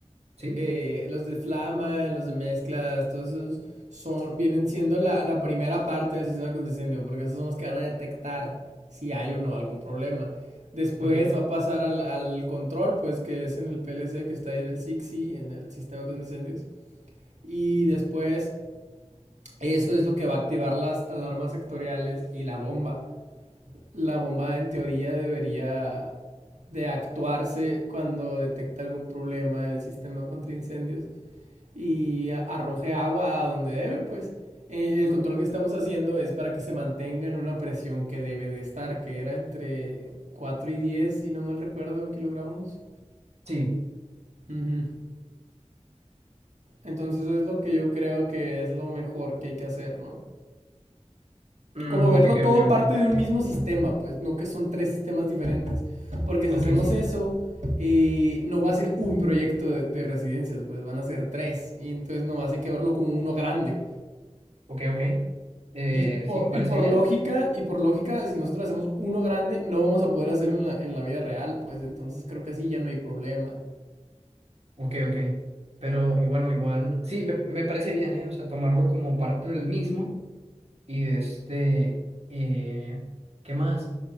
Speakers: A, on the right; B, on the right.
A: Sí,
B: eh, los de flama, los de mezclas, todos esos son, vienen siendo la, la primera parte del sistema de incendio, porque esos son los que van a detectar si hay o no algún problema. Después
A: ok.
B: va a pasar al, al control, pues que es en el PLC, que está ahí en el SIXI, en el sistema de incendios. Y después, eso es lo que va a activar las alarmas sectoriales y la bomba. La bomba en teoría debería de actuarse cuando detecta algún problema del sistema contra incendios y arroje agua a donde debe, pues. Eh, El control que estamos haciendo es para que se mantenga en una presión que debe de estar, que era entre 4 y 10 si no mal recuerdo, kilogramos.
A: Sí.
B: Ujú. Entonces es lo que yo creo que es lo mejor que hay que hacer, ¿no?
A: Mm,
B: como verlo
A: ok,
B: todo
A: ok,
B: parte
A: ok.
B: de un mismo sistema, pues, no que son tres sistemas diferentes. Porque si
A: Ok,
B: hacemos
A: sí.
B: eso, eh, no va a ser un proyecto de, de, residencias, pues van a ser tres. Y entonces nomás hay que verlo como uno grande.
A: Ok, ok. Eh,
B: Y por,
A: sí, me parece
B: y por
A: bien.
B: lógica, y por lógica, si nosotros hacemos uno grande, no vamos a poder hacer en la, en la vida real, pues entonces creo que así ya no hay problema.
A: Ok, ok. Pero, y bueno, igual, sí, me, me parece bien, ¿eh? O sea, tomarlo como parte del mismo Y de este, eh, ¿qué más?